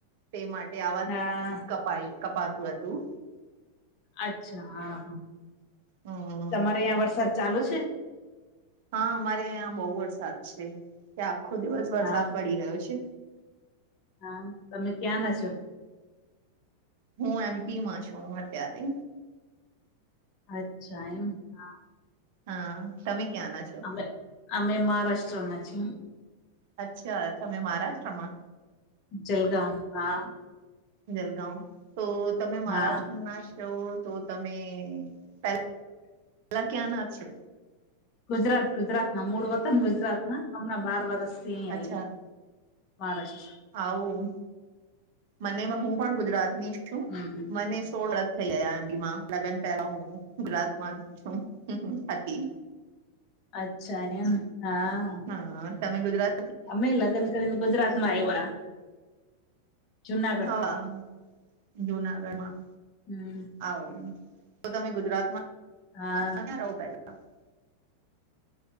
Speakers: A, on the right; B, on the left.
A: તે માટે આવા
B: હા
A: કપાઈ, કપાતું હતું.
B: અચ્છા હા, હા
A: હમ
B: તમારે અહીંયા વરસાદ ચાલુ છે?
A: હા, અમારે અહં બહુ વરસાદ છે. ત્યાં આખો દિવસ વરસાદ
B: હા
A: પડી રહ્યો છે?
B: હા, તમે ક્યાં ના છો?
A: હું એમ પીમાં છું, અત્યારે.
B: અચ્છા, એમ. હા
A: હા, તમે ક્યાં ના છો?
B: અમે અમે મહારાષ્ટ્રના છીએ.
A: અચ્છા, તમે મહારાષ્ટ્રમાં?
B: જલગાંવ, હા.
A: જલગાંવ, તો તમે મહારાષ્ટ્રના
B: હા
A: જો તો તમે પે પેલા ક્યાંના છે?
B: ગુજરાત ગુજરાતના, મૂળ વતન ગુજરાતના, હમણાં બાર વર્ષથી અહી આવ્યા.
A: અચ્છા
B: મહારાષ્ટ્ર
A: આવું. મને હું પણ ગુજરાતની છું.
B: હમ્મ.
A: મને સોળ વરસ થઈ ગયા એમ પીમાં. લગ્ન પેલા હું ગુજરાતમાં છું હતી.
B: અચ્છા ને એમ હા.
A: હા, તમે ગુજરાત
B: અમે લગ્ન કરીને ગુજરાતમાં આવ્યા. જુનાગઢ
A: હા, જુનાગઢમાં.
B: હમ્મ.
A: આવુ, તો તમે ગુજરાતમાં
B: હા.
A: <unintelligible>